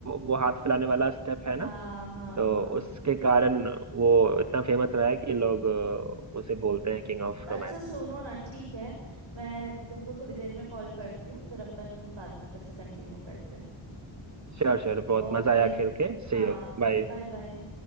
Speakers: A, on the right; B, on the right.
A: वो हाथ फैलाने वाला स्टेप है
B: हाँ
A: ना
B: हाँ
A: तो
B: हाँ
A: उसके कारण वो इतना फेमस रहा है कि लोग अ, उसे बोलते हैं king of
B: अच्छा
A: romance
B: सुनो ना ठीक है मैं तुमको थोड़ी देर में कॉल करती हूँ फिर अपन बाद में फिर से कंटिन्यू करते हैं
A: Sure sure बहुत
B: ओके
A: मजा आया खेल के
B: हाँ
A: See you बाय
B: बाय बाय